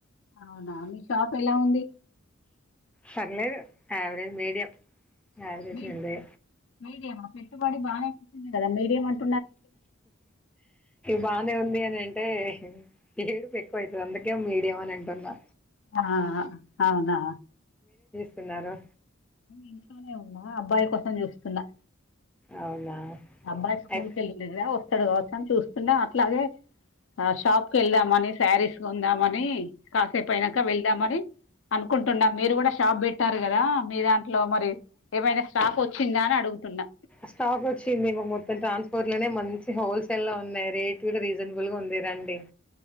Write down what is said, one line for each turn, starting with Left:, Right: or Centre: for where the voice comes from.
Left: అవునా మీ షాప్ ఎలా ఉంది
Centre: పర్లేదు ఎవరేజ్ మీడియం యావరేజ్
Left: మీది
Centre: ఉంది
Left: మీడియమా పెట్టుబడి బాగా పెట్టారు కదా మీడియం అంట
Centre: బానే ఉంది అని అంటే ఏడుపు ఎక్కువ అయితది అందుకే మీడియం అని అంటున్నా
Left: ఆ అవునా
Centre: తిన్నారా
Left: ఇంట్లోనే ఉన్నా అబ్బాయి కోసం చూస్తున్నా
Centre: అవునా
Left: అబ్బాయి స్కూల్
Centre: అయి
Left: కెళ్ళిండు కద అక్కడు కావచ్చ అని చూస్తుండా అట్లాగే ఆ షాప్ కి వెళ్దామని శారీస్ కొందామని కాసేపు అయినాక వెళ్దామనీ అనుకుంటున్నా మీరు కూడా షాప్ పెట్టారు కదా మీ దాంట్లో మరి ఏమైనా స్టాక్ వచ్చ చింద అని అడుగుతున్నా
Centre: స్టాక్ వచ్చింది మొత్తం ట్రాన్స్పోర్ట్ లోనే మంచి హోల్సేల్ లో ఉన్నాయి రేట్ కూడా రీజనబుల్ గా ఉంది అం తె రండి